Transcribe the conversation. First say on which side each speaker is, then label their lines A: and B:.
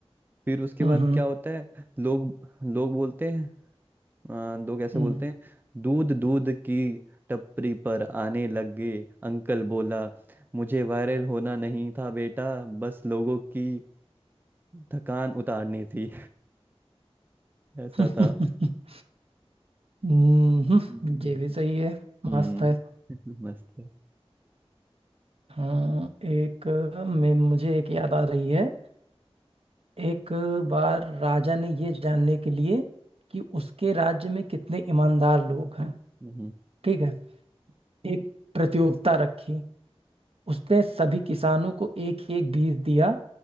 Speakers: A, on the right; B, on the right.
A: फिर उसके
B: हम्म
A: बाद
B: हम्म
A: क्या होता है लोग लोग बोलते हैं आ, लोग ऐसे
B: हम्म,
A: बोलते
B: हम्म,
A: हैं दूध दूध की टपरी पर आने लग गए अंकल बोला मुझे वायरल होना नहीं था बेटा बस लोगों की थकान उतारनी थी <laughs> ऐसा
B: <laughs>
A: था
B: हम्म,
A: हम्म
B: ये भी सही है
A: हम्म,
B: मस्त है
A: <laughs> मस्त है
B: हाँ एक मैं मुझे एक याद आ रही है एक बार राजा ने ये जानने के लिए कि उसके राज्य में कितने ईमानदार लोग हैं
A: हम्म,
B: ठीक है एक प्रतियोगिता रखी उसने सभी किसानों को एक एक बीज दिया